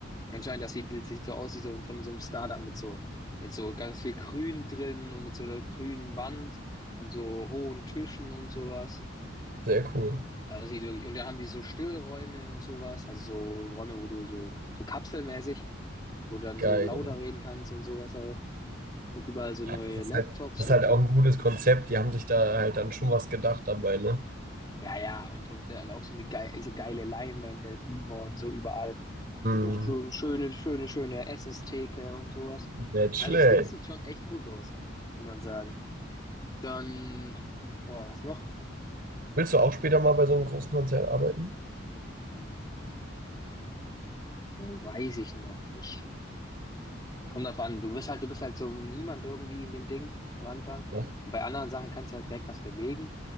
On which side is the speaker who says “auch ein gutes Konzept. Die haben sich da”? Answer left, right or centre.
Right